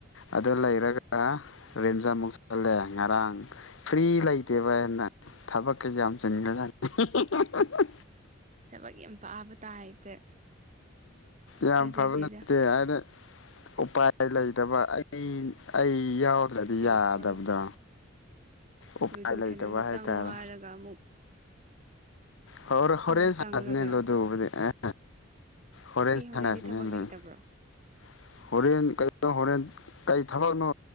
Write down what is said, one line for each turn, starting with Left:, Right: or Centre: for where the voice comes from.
Left: ꯑꯗꯨ ꯂꯩꯔꯒ ꯔꯤꯝꯁ ꯑꯃꯨꯛ ꯆꯠꯂꯦ ꯉꯔꯥꯡ ꯐ꯭ꯔꯤ ꯂꯩꯇꯦꯕ <unintelligible> ꯊꯕꯛꯀ ꯌꯥꯝ ꯆꯤꯟꯒ꯭ꯔꯖꯥꯅꯤ ꯏꯍꯤ ꯍꯤ ꯍꯤ ꯍꯤ ꯍꯤ
Right: ꯊꯕꯛ ꯌꯥꯝ ꯄꯥꯕ ꯇꯥꯏꯞꯇ
Left: ꯌꯥꯝ
Right: ꯊꯥꯖꯗꯦꯗ
Left: ꯐꯕ ꯅꯠꯇꯦ ꯑꯅ ꯎꯄꯥꯏ ꯂꯩ ꯇꯕ ꯑꯩ ꯑꯩ ꯌꯥꯎꯗ꯭ꯔꯗꯤ
Right: ꯀꯩ ꯀꯩ
Left: ꯌꯥꯗꯕ꯭ꯔ
Right: ꯊꯕꯛꯅꯣ
Left: ꯎ
Right: ꯂꯨꯗꯨ
Left: ꯄꯥꯏ
Right: ꯁꯅꯥꯁꯦ
Left: ꯂꯩꯇꯕ
Right: ꯆꯪꯉꯣ
Left: ꯍꯥꯏ ꯇꯥꯔꯦ
Right: ꯍꯥꯏꯔꯒ ꯑꯃꯨꯛ
Left: ꯍ ꯍꯣꯔ ꯍꯣꯔꯦꯟ
Right: ꯅꯪ ꯆꯪꯂꯒ
Left: ꯁꯥꯟꯅꯖꯤꯅꯦ ꯂꯨꯗꯣꯕꯨꯗꯤ ꯑꯦ ꯍꯣꯔꯦꯟ
Right: ꯑꯦ ꯍꯣꯔꯦꯟꯗꯤ
Left: ꯁꯥꯟꯅꯖꯤꯅꯦ
Right: ꯊꯕꯛ ꯂꯩꯇꯕ꯭ꯔꯣ
Left: <unintelligible> ꯍꯣꯔꯦꯟ ꯀ ꯅꯣ ꯍꯣꯔꯦꯟ ꯀꯩ ꯊꯕꯛꯅꯣ